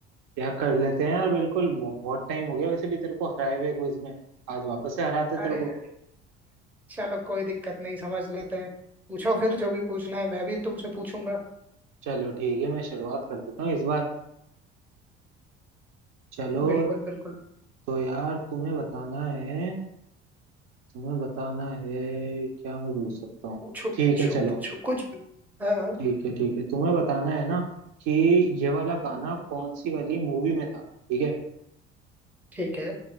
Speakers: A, on the right; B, in the centre.
A: क्या कर लेते हैं यार बिल्कुल बहु- बहुत टाइम हो गया वैसे भी तेरे को हराए हुए क्विज में आज वापस से हराते तेरे
B: अरे
A: को
B: अरे चलो कोई दिक्कत नहीं समझ लेते हैं पूछो
A: चलो
B: फिर जो भी पूछना है मैं भी तुमसे पूछूंगा
A: चलो ठीक है मैं शुरुआत कर देता हूँ इस बार चलो
B: बिल्कुल बिल्कुल
A: तो यार तुम्हें बताना है तुम्हें बताना है क्या मैं पूछ सकता हूँ
B: पूछो पूछो
A: ठीक है चलो
B: पूछो कुछ भी हाँ
A: ठीक है ठीक है तुम्हें बताना है ना कि ये वाला गाना कौन सी वाली मूवी में था ठीक है
B: ठीक है